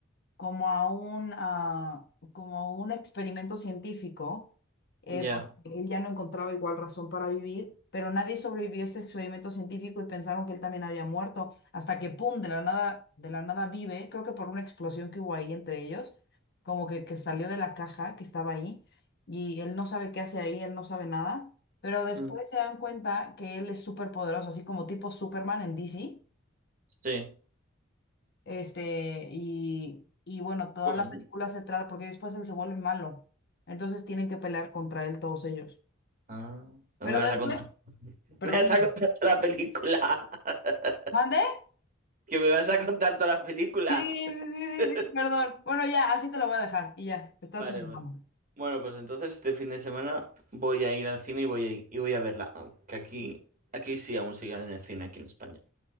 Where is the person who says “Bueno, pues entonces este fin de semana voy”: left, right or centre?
Right